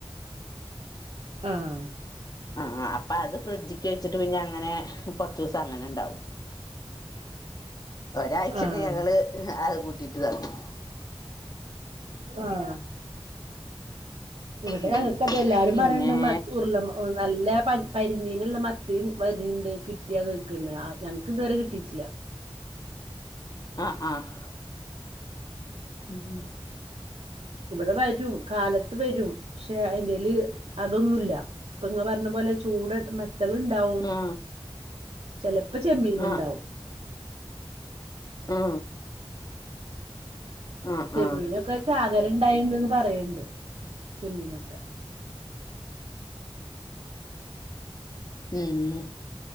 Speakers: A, on the right (about 80°); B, on the left (about 40°).
A: ആഹ്
B: ആഹ് അപ്പ അത് ഫ്രിഡ്ജിക്ക് വെച്ചിട്ട് പിന്നെ അങ്ങനെ കൊർച്ചൂസം അങ്ങനെണ്ടാവും. ഒരാഴ്ചക്ക്
A: ആഹ്
B: ഞങ്ങള് അത് കൂട്ടിയിട്ട് താക്കും.
A: ആഹ് ഇവിടെ
B: ഉം
A: ഞങ്ങക്ക് ത് എല്ലാരും
B: പിന്നെ
A: പറയണ്ട മ ഉരുള ഓഹ് നല്ല പരിഞ്ഞീനുള്ള മത്തി പരിണ്ട് കിട്ടിയാ നെക്കണ്ട് ആഹ് ഞങ്ങക്ക് ഇതുവരെ കിട്ടിയിട്ടില്ല.
B: ആഹ് ആഹ് ഉമ് ഉമ്
A: ഇവിടെ വരും കാലത്ത് വരും പക്ഷെ അയ്ന്റെൽ അതൊന്നുല്ല. ഇപ്പൊ ഇങ്ങ പറഞ്ഞ പോലെ ചൂട് മ ത്തൾണ്ടാവും
B: ആ
A: ചെലപ്പോ ചെമ്മീൻ
B: ആ
A: ഉണ്ടാവും.
B: ആ ആ
A: ചെമ്മീനൊക്കെ
B: ആ
A: പകരണ്ടായിണ്ട്ന്ന് പറയണ്ട് ചെമ്മീനൊക്കെ.
B: ഉമ്